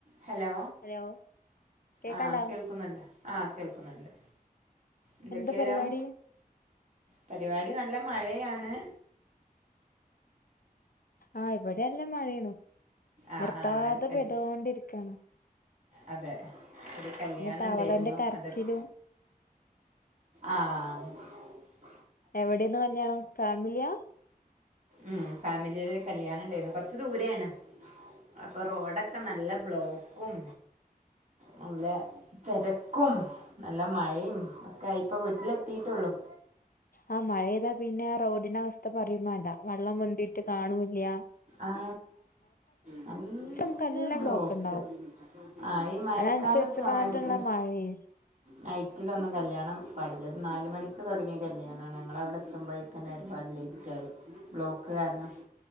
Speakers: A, on the right; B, on the left.
A: Hello
B: hello കേക്കാണ്ടോ
A: ആഹ കേൾക്കുന്നുണ്ട് ആ കേൾക്കുന്നുണ്ട് എന്തൊക്കെയാരാം
B: എന്താ പരിപാടി
A: പരിപാടി നല്ല മഴയാണ്
B: ആഹ് ഇവിടെ എല്ലാം മഴയാണ്
A: ആഹ്
B: നിർത്താതെ
A: ആഹ് ഒരു കൽ
B: പെയ്തോണ്ടിരിക്കാണ്
A: അതെ ഒരു കല്യാണം
B: പിന്നെ തവളന്റെ
A: ഇണ്ടായിരുന്നു
B: കരച്ചിലും
A: അത്- ആഹ് -
B: എവിടെയാണ് കല്ല്യാണം ഫാമിലിയാ-
A: ഉം ഫാമിലിയുടെ ഒരു കല്യാണം ഉണ്ടായിരുന്നു കൊറച്ചു ദൂരെയാണ് അപ്പൊ റോഡൊക്കെ നല്ല ബ്ലോക്കും നല്ല തെരക്കും നല്ല മഴയും ഒക്കെയിപ്പൊ വീട്ടിലെത്തീട്ടുള്ളു-
B: ആ മഴെയ്താ പിന്നെ റോഡിന്റെ അവസ്ഥ പറയും വേണ്ടാ വെള്ളം പൊന്തിട്ട് കാണൂല്ല്യ-
A: ആ നല്ല
B: നമുക്ക് നല്ല
A: ബ്ലോക്ക്
B: ഉണ്ടാവും
A: ആ ഈ മഴക്കാല
B: അതിനനുസരിച്ച്
A: സമയത്ത്
B: കാണ്ടുള്ള മഴയും
A: നൈറ്റിലൊന്നും കല്യാണം- പടലത് നാല് മണിക്ക് തുടങ്ങിയ കല്ല്യാണമാണ് ഞങ്ങൾ അവിടെ എത്തുമ്പോഴേക്ക് തന്നെ ഒരുപാട് ലേറ്റ് ആയി- ബ്ളോക്ക് കാരണം-